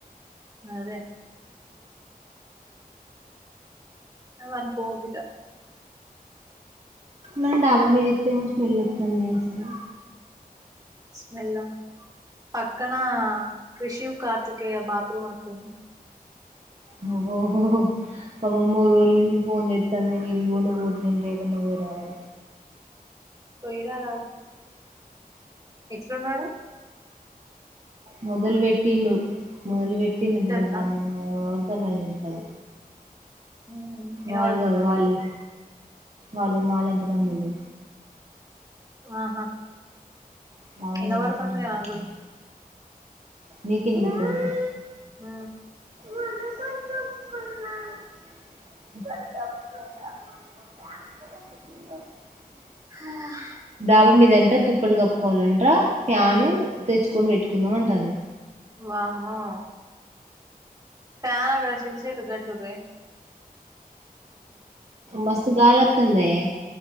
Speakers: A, on the right; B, on the right.
A: అదే ఇగ వాని కోపిక
B: మన డాబా మీద ఇత్తేమో స్మెల్ అత్తందే అసలు
A: స్మెల్ల పక్కన క్రిషివ్ కార్ పతికేయ బాత్రూమ్ అట్టుంది
B: నువ్వు పాపం మూడు రోల్ నుంచి పోన్ చేత్తాంద నీన్ బూన బూటింటే పోరామాల
A: పోయిరా రాదు ఎట్లున్నాడు
B: మొదలు వెెట్టిండు ముదల్ వెెట్టింటందల
A: ముచ్చట్నా
B: అమ్మ వతల ఇంటి కడ
A: మ్మ్ ఇనబడుతుందా
B: వాళ్ళగా వాళ్ళు
A: మనకి
B: వాళ్ళు మా లింకటమ్ములు
A: ఆహా
B: రావు మీద
A: ఇనబడుతుందిగా
B: అనుకుంటుపడతారు
A: నాకు కూడా
B: మీకు ఇన్పిత్తందా
A: హ
B: కొ కొ ఆ
A: హ
B: డాబా మీదంట దుప్పటి కప్పుకోవాలంట ఫ్యాను తెచ్చుకొని పెట్టుకుందాం అంటది
A: వామ్మో ఫ్యాన్ గా చింత చెట్టుకు కట్టులే
B: మస్తుగాలి అత్తందే